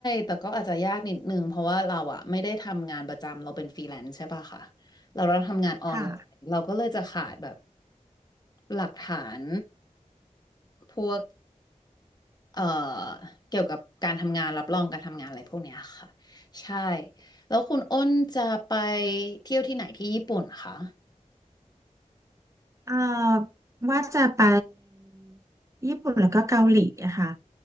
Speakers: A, on the left; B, on the right.
A: แต่ก็อาจจะยากนิดนึงเพราะว่าเราอะไม่ได้ทำงานประจำเราเป็นฟรีแลนซ์ใช่ป่ะค่ะเราเราทำงานออนไลน์เราก็เลยจะขาดแบบ
B: ค่ะ
A: หลักฐานพวก เอ่อเกี่ยวกับการทำงานรับรองการทำงานอะไรพวกเนี้ยค่ะใช่แล้วคุณอ้นจะไปเที่ยวที่ไหนที่ญี่ปุ่นคะ
B: เอ่อว่าจะไปญี่ปุ่นแล้วก็เกาหลีอะค่ะ